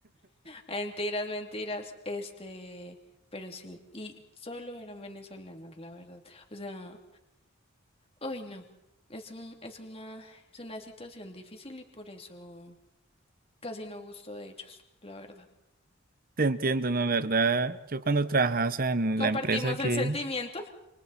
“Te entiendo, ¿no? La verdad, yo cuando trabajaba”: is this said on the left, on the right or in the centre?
Right